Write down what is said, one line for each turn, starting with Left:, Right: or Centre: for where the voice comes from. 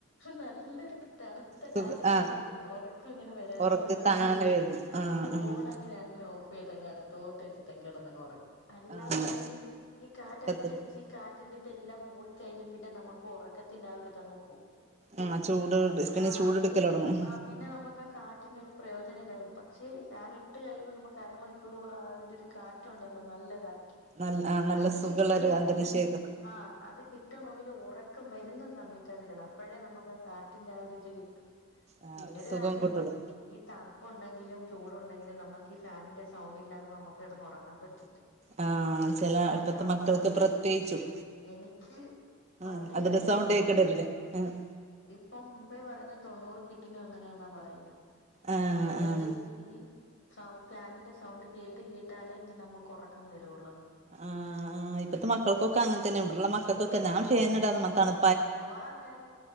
Left: നല്ലൊരു തണു- പുറത്തു
Right: സുഖ
Left: കാറ്റ് ഇങ്ങനെ
Right: ആഹ്
Left: അടിക്കുമ്പോ ഉറക്കങ്ങനെ വരാന്ങ്ങനെ
Right: ഉറക്ക് താനെ
Left: തോന്നും
Right: വരും
Left: അപ്പൊ
Right: ആഹ്
Left: ഫോൺ
Right: ആഹ്
Left: അങ്ങ് ഞാനിങ്ങനെ ഓഫ- ഇ ഇതങ്‌ അടുത്തോട്ട് വച്ചിട്ടങ്ങ് കെടന്നങ് ഒറങ്ങും അല്ലാന്നൊണ്ടെങ്കി
Right: ആഹ്
Left: ഈ കാറ്റ്
Right: കത്തി
Left: അടിച്ചടിച്ച് കാറ്റിന്റെ ഇതെല്ലാം പോയി കഴിഞ്ഞ് പിന്നെ നമുക്ക് ഒറക്കത്തിന്റെ ആഹ് ഒരു ഇതങ്ങ് പോവും
Right: ആഹ് ചൂട് പിന്നെ
Left: ആഹ്
Right: ചൂടെടുക്കല് തുടങ്ങും
Left: പിന്നെ നമുക്ക് ആ കാറ്റിന്റെ ഒരു പ്രയോജന ഉണ്ടാകും പക്ഷേ ഫാൻ ഇട്ട് കഴിയുമ്പോൾ നമുക്ക് അരമണിക്കൂറോളം അതിൻ്റെ ഒരു കാറ്റുണ്ടല്ലോ നല്ല കാറ്റ്
Right: നല്ല ആഹ് നല്ല
Left: അത്
Right: സുഖമുള്ള
Left: കിട്ടണോ
Right: ഒരു അന്തരീക്ഷമായിരിക്കും
Left: ങ്കില് ആഹ് അത് കിട്ടണോങ്കിൽ ഒറക്കം വരുന്ന സമയത്ത് അതിടണം അപ്പഴേ നമുക്ക് ആഹ് കാറ്റിന്റെ ആഹ് ഒരിത് കി
Right: ആഹ്
Left: പിന്നൊരു
Right: ഒരു സുഖം
Left: കാര്യൊണ്ട്
Right: കിട്ടുള്ളൂ
Left: ഈ തണുപ്പ് ഉണ്ടെങ്കിലും ചൂടുണ്ടെങ്കിലും നമുക്ക് ഈ ഫാനിന്റെ സൗണ്ട് ഇല്ലാതെ നമുക്ക് കി ടന്ന് ഉ റങ്ങാൻ പറ്റൂ-
Right: ആഹ് ചില
Left: ആഹ്
Right: ഇപ്പത്തെ
Left: സ
Right: മക്കൾക്ക്
Left: അത്
Right: പ്രത്യേകിച്ചും
Left: എനിക്ക് പണ്ടേ
Right: ആഹ് അതിന്റെ
Left: ഇങ്ങനെ
Right: സൗണ്ട്
Left: നമ്മളീ
Right: കേക്കേണ്ടി വരൂല്ലേ ആഹ്
Left: ഇപ്പൊ മുമ്പേ പറയുന്ന തൊണ്ണൂറ് കിറ്റി നു അങ്ങനെയാെന്നാ പറയുന്നേ
Right: ആഹ്
Left: അതായത്
Right: ആഹ്
Left: ഈ സൗണ്ട് ഫാനിന്റെ സൗണ്ട് കേട്ട് കേ ട്ടാലേ ഇഞ് നമ്മുക്ക് ഒറക്കം വരുള്ളൂ ന്ന്
Right: ആഹ് ഇപ്പത്തെ മക്കക്കൊക്കെ അങ്ങൻതന്നെ ഇവടെള്ള മക്കക്കൊക്കെ ഞാൻ ഫേൻ ഇടാതെ മതണു
Left: അഥവാ ങ്ങാനും